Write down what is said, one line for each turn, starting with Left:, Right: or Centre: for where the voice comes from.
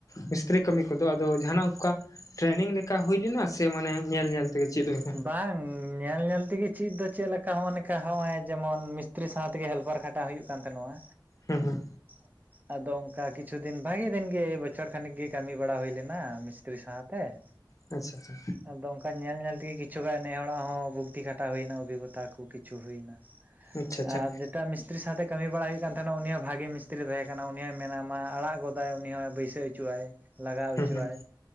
Left: ᱢᱤᱥᱛᱨᱤ ᱠᱟᱹᱢᱤ ᱠᱚᱫᱚ ᱟᱫᱚ ᱡᱟᱦᱟᱱᱟᱜ ᱚᱱᱠᱟ ᱴᱨᱮᱱᱤᱝ ᱞᱮᱠᱟ ᱦᱩᱭ ᱞᱮᱱᱟ ᱥᱮ ᱢᱟᱱᱮ ᱧᱮᱞ ᱧᱮᱞ ᱛᱮᱜᱮ ᱪᱮᱫ ᱦᱩᱭᱩᱜ
Right: ᱵᱟᱝ ᱧᱮᱞ ᱧᱮᱞ ᱛᱮᱜᱮ ᱪᱮᱫ ᱫᱚ ᱪᱮᱫ ᱞᱮᱠᱟ ᱦᱚᱸ ᱚᱱᱮᱠᱟ ᱦᱚᱸᱜᱼᱚᱭ ᱡᱮᱢᱚᱱ ᱢᱤᱥᱛᱨᱤ ᱥᱟᱶ ᱛᱮᱜᱮ ᱦᱮᱞᱯᱟᱨ ᱠᱷᱟᱼᱼ ᱴᱟᱣ ᱦᱩᱭᱩᱜ ᱠᱟᱱ ᱛᱟᱦᱮᱱᱟ᱾
Left: ᱦᱩᱸ ᱦᱩᱸ
Right: <inaudible> ᱟᱫᱚ ᱚᱱᱠᱟ ᱠᱤᱪᱷᱩ ᱫᱤᱱ ᱵᱷᱟᱜᱤ ᱫᱤᱱᱜᱮ ᱵᱚᱪᱷᱚᱨ ᱠᱷᱟᱱᱤᱠ ᱜᱮ ᱠᱟᱹᱢᱤ ᱵᱟᱲᱟ ᱦᱩᱭᱞᱮᱱᱟ, ᱢᱤᱥᱛᱨᱤ ᱥᱟᱶᱛᱮ <inaudible>
Left: ᱟᱪᱪᱷᱟ, ᱟᱪᱪᱷᱟ
Right: ᱟᱫᱚ ᱚᱱᱠᱟ ᱧᱮᱞ ᱧᱮᱞ ᱛᱮᱜᱮ ᱠᱤᱪᱷᱩᱜᱟᱱ ᱱᱮ ᱦᱚᱲᱟᱜ ᱦᱚᱸ ᱵᱩᱫᱫᱷᱤ ᱠᱷᱟᱴᱟ ᱦᱩᱭᱱᱟ ᱚᱵᱷᱤᱜᱚᱛᱟ ᱠᱚ ᱠᱤᱪᱷᱩ ᱦᱩᱭᱮᱱᱟ᱾
Left: ᱟᱪᱪᱷᱟ ᱟᱪᱪᱷᱟ
Right: ᱟᱨ ᱮᱴᱟᱜ ᱢᱤᱥᱛᱨᱤ ᱥᱟᱶᱛᱮ ᱠᱟᱹᱢᱤ ᱵᱟᱲᱟ ᱦᱩᱭᱩᱜ ᱠᱟᱱ ᱛᱟᱦᱮᱱᱟ ᱩᱱᱤ ᱦᱚᱸ ᱵᱷᱟᱜᱤ ᱢᱤᱥᱛᱤᱨᱤᱭ ᱛᱟᱦᱮᱸ ᱠᱟᱱᱟ ᱩᱱᱤ ᱦᱚᱸᱭ ᱢᱮᱱᱟ ᱢᱟ ᱟᱲᱟᱜ ᱜᱚᱫᱟᱭ ᱩᱱᱤ ᱦᱚᱸ᱾ ᱵᱟᱹᱭᱥ ᱫᱤᱥ ᱦᱚᱪᱚ ᱟᱭ ᱞᱟᱜᱟᱣ ᱦᱚᱪᱚ
Left: ᱦᱩᱸ ᱦᱩᱸ
Right: ᱟᱭ